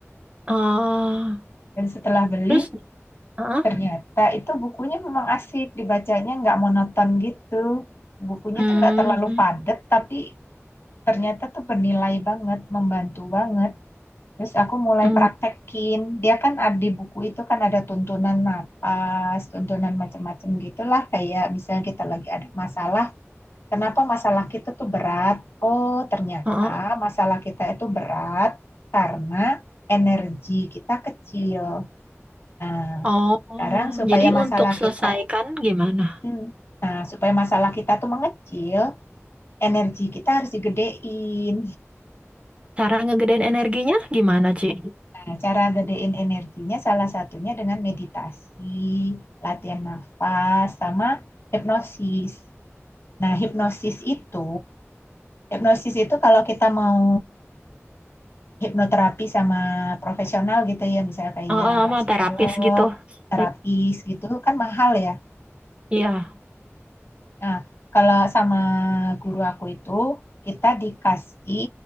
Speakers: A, on the right (about 25°); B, on the left (about 55°).
A: ah.
B: dan setelah beli
A: Terus, ah,
B: ternyata itu bukunya memang asik dibacanya nggak monoton gitu bukunya
A: hmm,
B: tuh nggak terlalu padat tapi ternyata tuh bernilai banget, membantu banget. Terus aku mulai
A: hmm,
B: praktekin. Dia kan ada di buku itu kan ada tuntunan napas, tuntunan macam-macam gitulah. Kayak misalnya kita lagi ada masalah, kenapa masalah kita tuh berat? Oh, ternyata
A: ah.
B: masalah kita itu berat karena energi kita kecil. Nah,
A: Oh,
B: sekarang supaya
A: jadi
B: masalah
A: untuk selesaikan
B: kita,
A: gimana?
B: hmm, nah supaya masalah kita tuh mengecil, energi kita harus digedein.
A: Cara ngegedein energinya gimana, Ci?
B: Nah, cara gedein energinya salah satunya dengan meditasi, latihan nafas, sama hipnosis. Nah, hipnosis itu, hipnosis itu kalau kita mau hipnoterapi sama profesional gitu ya, misalnya kayak
A: eh, eh, sama
B: psikolog,
A: terapis gitu.
B: terapis
A: Eh,
B: gitu, kan mahal ya.
A: Iya,
B: Nah, kalau sama guru aku itu, kita dikasih